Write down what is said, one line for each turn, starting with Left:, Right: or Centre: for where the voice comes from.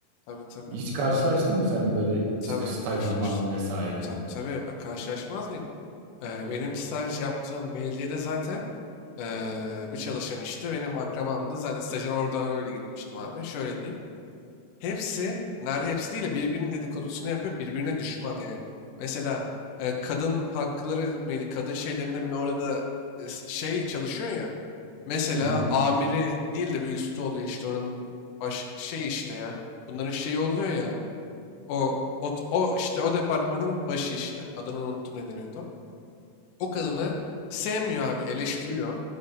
Left: tabii tabii.
Right: Hiç karşılaştın mı sen böyle
Left: Tabii
Right: işte staj
Left: karşılaştım.
Right: zamanı vesaire?
Left: Tabii tabii. Ben karşılaşmaz mıyım? Ee, benim staj yaptığım belediyede zaten ee, bir çalışan işte benim akrabamdı. Zaten stajına oradan öyle girmiştim abi. Şöyle diyeyim. Hepsi, ner hepsi değil de birbirinin dedikodusunu yapıyor. Birbirine düşman yani. Mesela e, kadın hakları mıydı? Kadın şeylerinde mi ne orada e, s- şey çalışıyor ya. Mesela
Right: Hı hı.
Left: amiri değil de bir üstü oluyor işte oranın baş şey işte ya. Bunların şeyi oluyor ya. O o, o işte o departmanın başı işte. Adını unuttum ne deniyor tam. O kadını sevmiyor abi, eleştiriyor.